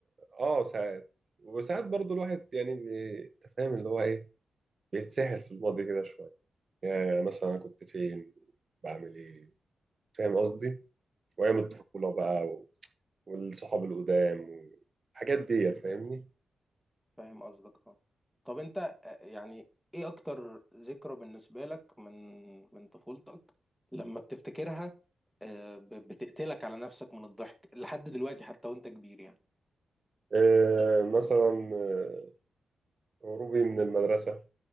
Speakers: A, on the right; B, in the centre.
A: اه ساعات وساعات برضو الواحد يعني بي- أنت فاهم اللي هو ايه بيتسحل في الماضي كده شويه يعني مثلا انا كنت فين بعمل ايه فاهم قصدي وايام الطفوله بقى و- والصحاب القدام والحاجات ديت فاهمني
B: فاهم قصدك اه طب انت آه، يعني ايه اكتر ذكرى بالنسبة لك من من طفولتك لما بتفتكرها آه، ب- بتقتلك على نفسك من الضحك لحد دلوقتي حتى وانت كبير يعني
A: آه مثلا آه، هروبي من المدرسه